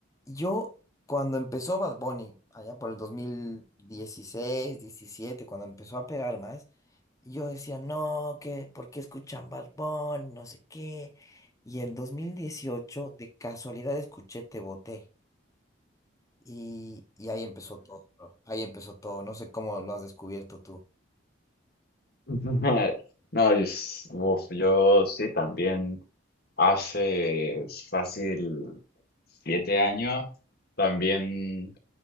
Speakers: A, on the left; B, on the left.
A: yo, cuando empezó Bad Bunny, allá por el 2016, 17, cuando empezó a pegar más, yo decía, no, que, ¿por qué escuchan Bad Bunny? No sé qué. Y el 2018 de casualidad, escuché Te Boté. Y, y ahí empezó todo, bro. Ahí empezó todo. No sé cómo lo has descubierto tú.
B: <laughs> No, yo, s- uf, yo sí también hace fácil siete años también,